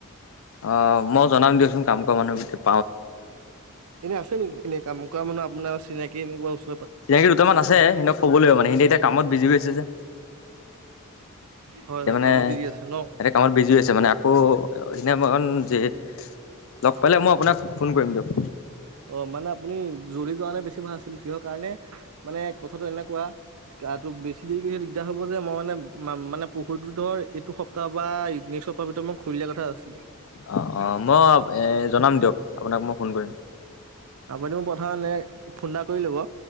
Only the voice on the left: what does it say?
অ মই জনাম <unintelligible>
চিনাকি দুটামান আছে। সিহঁতক কব লাগিব মানে সিহঁতি এতিয়া কামত বিজি হৈ আছে যে।
এতিয়া
মানে
এহেন্তে
কামত বিজি হৈছে মানে আকৌ এনে <unintelligible> লগ পালে মই আপোনাক ফোন কৰিম দিয়ক।
অহ - অহ মই এ জনাম দিয়ক আপোনাক মই ফোন কৰিম।